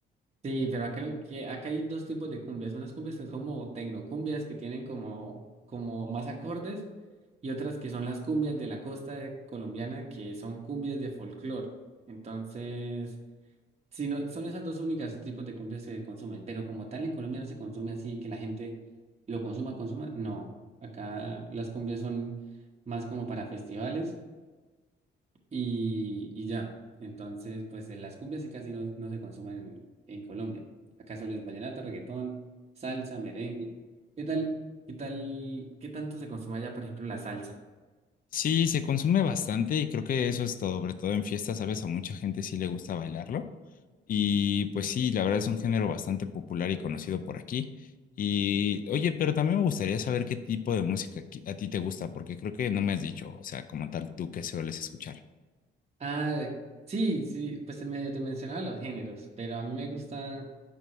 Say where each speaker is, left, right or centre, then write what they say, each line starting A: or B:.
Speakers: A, on the right; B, on the left.
A: Sí, pero acá, lo que, acá hay dos tipos de cumbias. Unas cumbias que son como tecnocumbias, que tienen como, como más acordes, y otras que son las cumbias de la costa colombiana, que son cumbias de folclore. Entonces, si no, son esas dos únicas tipos de cumbias que se consumen, pero como tal en Colombia no se consume así, que la gente lo consuma, consuma, no. Acá las cumbias son más como para festivales y, y ya. Entonces, pues de las cumbias sí casi no, no se consumen en, en Colombia. Acá solo es vallenato, reggaetón, salsa, merengue. ¿Qué tal? ¿Qué tal? ¿Qué tanto se consume allá, por ejemplo, la salsa?
B: Sí, se consume bastante y creo que eso es todo, sobre todo en fiestas, ¿sabes? A mucha gente sí le gusta bailarlo. Y pues sí, la verdad es un género bastante popular y conocido por aquí. Y oye, pero también me gustaría saber qué tipo de música qui- a ti te gusta, porque creo que no me has dicho, o sea, como tal, tú qué sueles escuchar.
A: Ah, sí, sí, pues medio te mencionaba los géneros, pero a mí me gusta